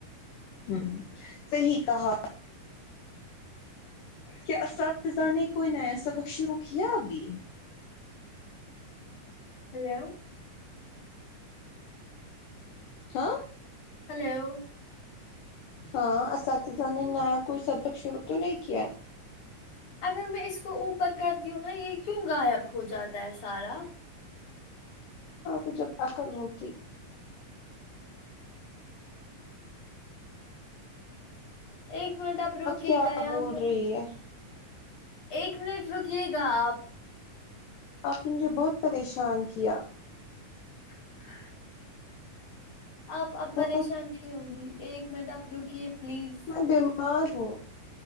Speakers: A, on the left; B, on the left.
A: ہوں صحیح کہا کیا اساتذہ نے کوئی نیا سبق شروع کیا ابھی
B: ہیلو
A: ہاں
B: ہیلو
A: ہاں اساتذہ نے نیا کوئی سبق شروع تو نہیں کیا
B: اگر میں اس کو اوپر کرتی ہوں نا یہ کیوں غائب ہو جاتا ہے سارا
A: آپ کو جب عقل ہوتی
B: ایک منٹ آپ روکے
A: کیا
B: گا یہاں
A: بول
B: پہ
A: رہی ہے
B: ایک منٹ رکیے گا آپ
A: آپ نے مجھے بہت پریشان کیا
B: ہ آپ اب پریشان
A: بہت
B: نہیں ہوں گی ایک منٹ آپ رکیے پلیز
A: میں بیمار ہوں